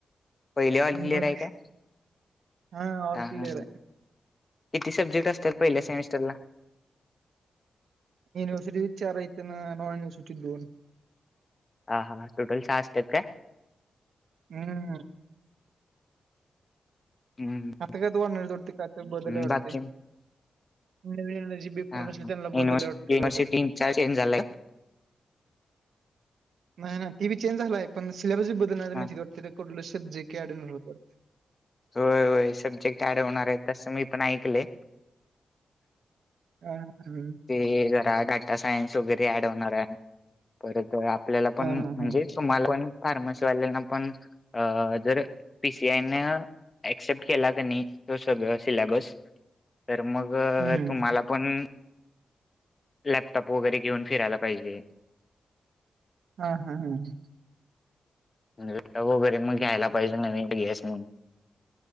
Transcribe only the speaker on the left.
पहिले ऑल क्लिअर
आहे का
हा
हा.
किती सब्जेक्ट असतात पहिल्या सेमिस्टरला
हा हा टोटल साह असतात काय
हम्म हम्म.
हम्म,
बाकी
हा हा
युनिव्हर्स
युनिव्हर्सिटी
इन्चार्ज चेंज झालाय का?
हा.
होय होय सब्जेक्ट ऍड होणार आहे तस मी पण ऐकले.
ते जरा डाटा सायन्स वगैरे ऍड होणार आहे परंत आपन- आपल्याला पण
म्हणजे
तुम्हाला पण- फार्मसी वाल्या ना पण अ जर पी सी आय ना- अक्सेप्ट केला त्यांनी तो सगळं सिलेबस तर मग
तुम्हाला पण- लॅपटॉप वगैरे घेऊन फिरायला पाहिजे.
लॅपटॉप वगैरे मग घ्यायला पाहिजे नवीन ग्रीस म्हणून-